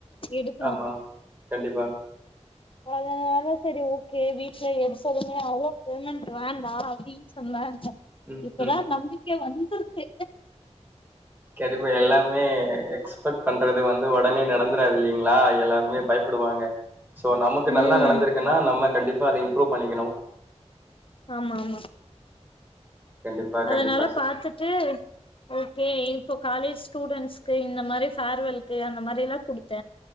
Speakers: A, on the left (about 50°); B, on the right (about 15°).
A: எடுக்கணு
B: ஆமா கண்டிப்பா
A: அதனால சரி ஓகே வீட்ல எடுத்ததுமே அவோ பேமெண்ட் வேண்டா அப்டின் சொன்னாங்க
B: ம்
A: இப்பதா
B: ம்
A: நம்பிக் கெ வந்த்ருக்கு
B: கண்டப்பா எல்லாமே எக்ஸ் ப்பட் பண்றது வந் து ஒடனே நடந்துறாது இல்லிங்ளா எல்லா ருமே பயப்படுவாங்க சோ நமக்கு
A: ம்
B: நல்லா நடந்துருக்குன்னா நம்ம கண்டிப்பா அத இம்ப்ரூவ் பண்ணிக்கணு
A: ஆமாமா
B: கண்டிப்பா
A: அதனால
B: கண்டிப்பா சிஸ்டர்
A: பாத்துட்டு ஓகே இப்போ காலேஜ் ஸ்டூடெண்ட்ஸ்கு இந்த மாரி ஃபேர்வெல்க்கு அந்த மாரிலா குடுத்த